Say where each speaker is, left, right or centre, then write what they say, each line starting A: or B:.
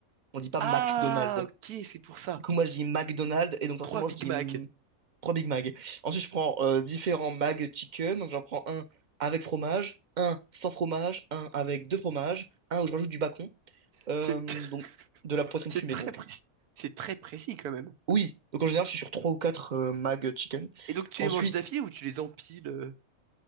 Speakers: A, on the right (about 40°); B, on the right (about 85°).
A: on dit pas
B: Ah,
A: McDonald's.
B: ok, c'est pour ça.
A: Du coup, moi, je dis McDonald's, et donc forcément,
B: 3 Big
A: je dis
B: Mac.
A: mm, 3 Big Mac. Ensuite, je prends euh, différents Mac Chicken, donc j'en prends un avec fromage, un sans fromage, un avec deux fromages, un où je rajoute du bacon, Euh,
B: C'est, t- <laughs>
A: donc, de la poitrine
B: c'est
A: fumée,
B: très
A: donc.
B: précis. C'est très précis, quand même.
A: Oui, donc en général, je suis sur 3 ou 4 euh, mag chicken.
B: Et donc, tu
A: Ensuite,
B: les manges d'affilée ou tu les empiles euh,